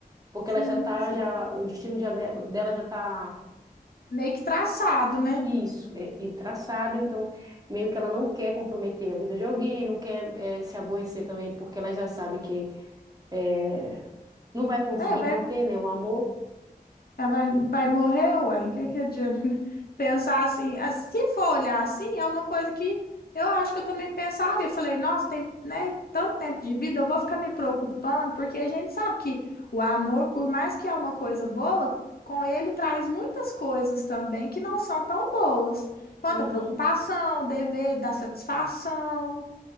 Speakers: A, on the right (about 25°); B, on the left (about 75°).
A: porque
B: Sim,
A: ela já tá,
B: sim.
A: já, o destino já de- dela já tá
B: Meio que traçado, né?
A: isso, é, e traçado, então meio que ela não quer comprometer a vida de alguém, não quer eh, se aborrecer também, porque ela já sabe que eh, não vai conseguir
B: É, vai,
A: manter,
B: é.
A: né, o amor.
B: Ela Vai, vai morrer, ué? O que que adianta? <laughs> Pensar assim, ah, se for olhar assim, é uma coisa que eu acho que eu também pensaria. Eu falei, nossa, tem, né, tanto tempo de vida, eu vou ficar me preocupando, porque a gente sabe que o amor, por mais que é uma coisa boa, com ele traz muitas coisas também que não são tão boas, quanto
A: Uhum.
B: a preocupação, dever, dar satisfação.